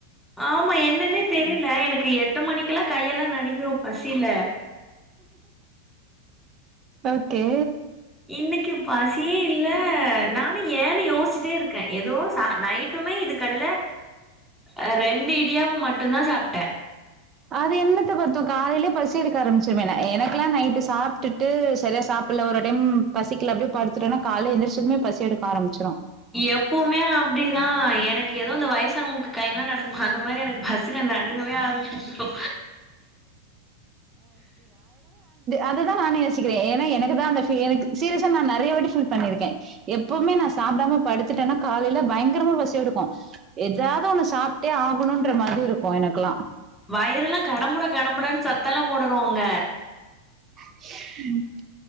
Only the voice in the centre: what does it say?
ஆமா என்னன்னே தெரில எனக் கு எட்டு மணிக்குல்லா கையெல்லா நடிங்கிரு பசில
இன்னக்கி பசியே இல்ல நானு ஏ ன்னு யோசுச்சிட்டே இருக்கே எதோ சா நைட்டுமே இதுக்கடில அ ரெண்டு இடியாப்பம் மட்டுந்தா சாப்ட்டே
எப்பவுமே அப்டி நா எனக்கு ஏதோ இந்த வயசான வங்கிட்ட கையெல்லா நடங்கு அந்த மாரி மாதிரி எனக்கு பஸ்ல நடுங்கவே ஆரம்பிச்சக்கு
வயிற எல்லா கடம்முட கடம்முடான்னு சத்தெல்லா போடுருவாங்க